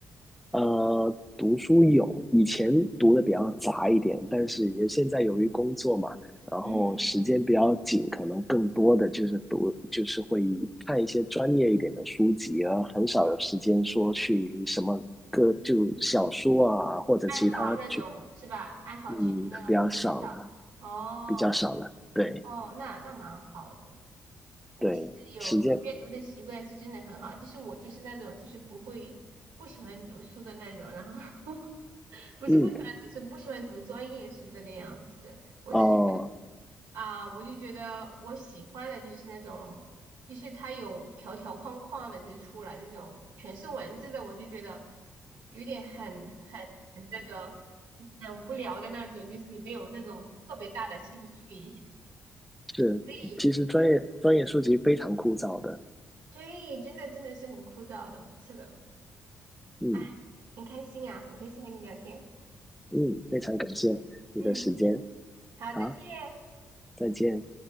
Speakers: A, in the centre; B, on the right.
A: 呃，读书有，以前读的比较杂一点，但是也现在由于工作嘛，然后时间比较紧，
B: 嗯，
A: 可能更多的就是读，就是会看一些专业一点的书籍，而很少有时间说去什么个就小说啊，或者其他去，
B: 爱好那种是吧？爱好去读那种很很少。
A: 嗯，比较少了。
B: 哦
A: 比较少了。对
B: 哦，那那蛮好的。
A: 对，
B: 其实有有阅读的习惯是真的很好。
A: 时间，
B: 就是我就是那种就是不会不喜欢读书的那种，然后 <laughs> 不是不喜欢读书，
A: 嗯，
B: 不喜欢读专业书这个样子。我就觉得。
A: 哦，
B: 啊，我就觉得我喜欢的就是那种，就是它有条条框框的，就是出来这种全是文字的，我就觉得有点很很很那个很无聊的那种，就是没有那种特别大的兴趣，<laughs>
A: 是，
B: 所以有，
A: 其实专业专业书籍非常枯燥的。
B: 对，真的真的是很枯燥的，是的，
A: 嗯
B: 哎，很开心啊，很开心和你聊天，
A: 嗯，非常感谢你的时间，
B: 嗯，好，
A: 好，
B: 再见。
A: 再见。